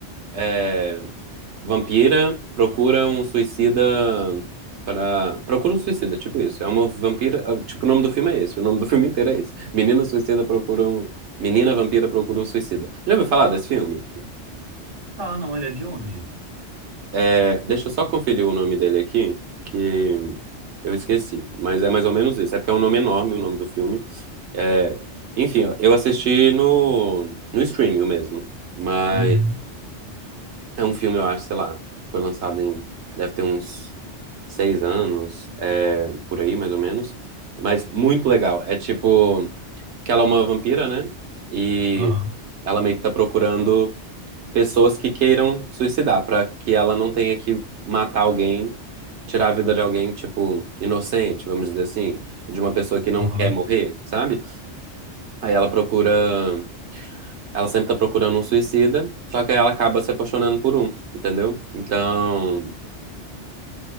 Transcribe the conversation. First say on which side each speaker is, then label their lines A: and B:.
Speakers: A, on the right; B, on the right.
A: é, Vampira procura um suicida para. Procura um suicida, tipo isso. É uma vampira. ah, Tipo, o nome do filme é esse. O nome do filme inteiro é esse. Menina suicida procura um. Menina vampira procura um suicida. Já ouviu falar desse filme?
B: Tá, não, ele é de onde?
A: É, deixa eu só conferir o nome dele aqui, que eu esqueci. Mas é mais ou menos isso. É porque é um nome enorme o nome do filme. É, enfim, eu assisti no, no streaming mesmo. Mas.
B: Uhum.
A: É um filme, eu acho, sei lá. Foi lançado em. Deve ter uns seis anos, é, por aí, mais ou menos. Mas muito legal. É tipo. Que ela é uma vampira, né? E
B: Aham,
A: ela meio que tá procurando pessoas que queiram suicidar, pra que ela não tenha que matar alguém, tirar a vida de alguém, tipo, inocente, vamos dizer assim, de uma pessoa que não
B: aham.
A: quer morrer, sabe? Aí ela procura ela sempre tá procurando um suicida, só que aí ela acaba se apaixonando por um, entendeu? Então,